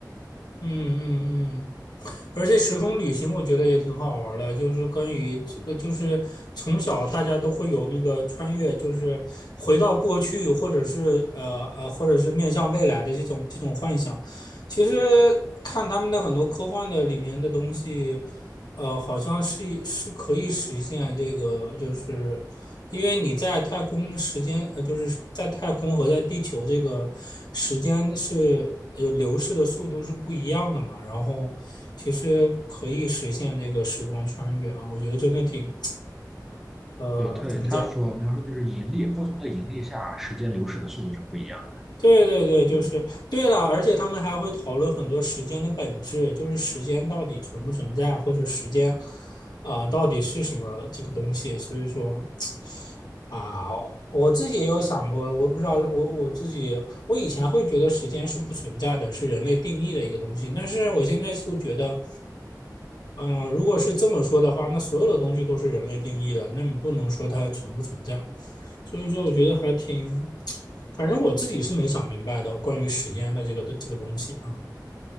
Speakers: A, on the left; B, in the centre.
A: 嗯嗯嗯，而且时空旅行我觉得也挺好玩儿的，就是关于这个，就是从小大家都会有那个穿越，就是回到过去，或者是呃呃，或者是面向未来的这种这种幻想。其实看他们的很多科幻的里面的东西，呃，好像是是可以实现这个，就是因为你在太空时间，呃，就是在太空和在地球这个时间是呃流逝的速度是不一样的嘛，然后其实可以实现这个时光穿越啊，我觉得真的挺，呃，
B: 对对，
A: 怎么讲？
B: 他所描述就是引力，不同的引力下，时间流逝的速度是不一样
A: 对对对，
B: 的。
A: 就是对了，
B: 嗯
A: 而且他们还会讨论很多时间的本质，就是时间到底存不存在，或者时间，啊、呃到底是什么这个东西。所以说，啊，我自己也有想过，我不知道，我我自己，我以前会觉得时间是不存在的，是人类定义的一个东西，但是我现在就觉得，嗯、如果是这么说的话，那所有的东西都是人类定义的，那你不能说它存不存在。所以说，我觉得还挺，<tsk> 反正我自己是没想明白的，关于时间的这个这个东西啊，